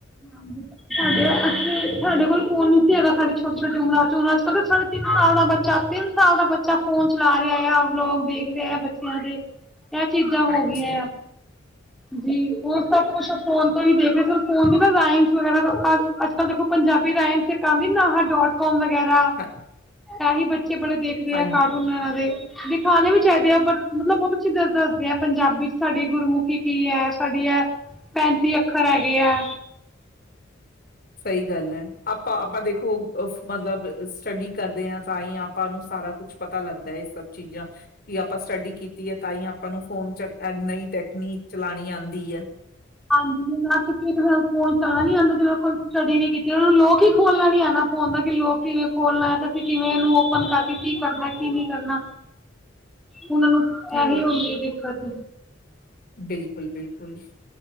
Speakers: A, in the centre; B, on the left.
A: ਹਾਂਜੀ, ਸਾਡੇ ਅੇ ਸਾਡੇ ਕੋਲ ਫੋਨ ਨੀ ਸੀ ਹੈਗਾ ਸਾਡੇ ਛੋਟੀ-ਛੋਟੀ ਉਮਰ 'ਚ ਅੱਜ ਕੱਲ ਸਾਡੇ ਤਿੰਨ ਸਾਲ ਦਾ ਬਾ ਤਿੰਨ ਸਾਲ ਦਾ ਬੱਚਾ ਫੋਨ ਚਲਾ ਰਿਹਾ ਆ ਵਲੋਗ ਦੇਖ ਰਹੇ ਆ ਬੱਚਿਆਂ ਦੇ। ਇਹ ਚੀਜ਼ਾਂ ਹੋ
B: ਹਾਂਜੀ
A: ਗਈਆਂ
B: ਹਾਂ
A: ਆ। ਜੀ ਉਹ ਸਭ ਕੁਛ ਫੋਨ ਤੋਂ ਹੀ ਦੇਖ ਰਹੇ ਫੋਨ ਰਮਸ ਵਗੈਰਾ ਅੱਜ-ਕੱਲ ਦੇਖੋ ਪੰਜਾਬੀ ਰਾਈਮਸ ਇੱਕ ਆਂ ਨਾਹਾ ਡੋਟ ਕਮ ਵਗੈਰਾ
B: ਹਾਂ
A: ਤਾਂਹੀ ਬੱਚ ਚੇ ਬੜੇ ਦੇਖਦੇ
B: ਹਾਂਜੀ
A: ਆ ਕਾਰਟੂਨ ਇਹਨਾਂ ਦੇ। ਦਿਖਾਉਣੇ ਵੀ ਚਾਹੀਦੇ ਆ ਮਤਲਬ ਬਹੁਤ ਅੱਛੀ ਗੱਲ ਦੱਸਦੇ ਆ। ਪੰਜਾਬੀ 'ਚ ਸਾਡੀ ਗੁਰਮੁਖੀ ਕੀ ਹੈ ਸਾਡੀ ਹੈ ਪੈਂਤੀ ਅੱਖਰ ਹੈਗੇ ਆ।
B: ਸਹੀ ਗੱਲ ਏ ਆਪਾਂ ਆਪਾਂ ਦੇਖੋ ਮਤਲਬ ਸਟੱਡੀ ਕਰਦੇ ਹਾਂ ਤਾਂ ਹੀ ਆਪਾਂ ਨੂੰ ਸਾਰਾ ਕੁਛ ਪਤਾ ਲੱਗਦਾ ਏ ਸਬ। ਚੀਜ਼ਾਂ ਵੀ ਆਪਾਂ ਸਟੱਡੀ ਕੀਤੀ ਹੈ ਤਾਂ ਹੀ ਆਪਾਂ ਨੂੰ ਫੋਨ ਚ ਨਵੀ ਟੈਕਨੀਕ ਚਲਾਉਣੀ ਆਂ ਦੀ ਹੈ।
A: ਹਾਂਜੀ ਜ ਫੋਨ ਚਣਾ ਨੀ ਆਦਾ ਕੋਲ ਸਟੱਡੀ ਨ ਕੀਤੀ ਲੋਕ ਹੀ ਖੋਲਣਾ ਨੀ ਆਨਾ ਫੋਨ ਦਾ ਲੋਕ ਕਿਵੇਂ ਖੋਲਣਾ ਤੇ ਅਸੀਂ ਕਿਵੇਂਨ ਓਪਨ ਕਰਕੇ ਕੀ ਕਰਨਾ ਕੀ ਨਹੀ ਕਰਨਾ। ਉਹਨਾਂ ਨੂੰ
B: ਨਹੀਂ
A: ਇਹੀ
B: ਉਹ
A: ਹੁੰਦੀ ਦਿੱਕਤ
B: ਬਿਲਕੁਲ ਬਿਲਕੁਲ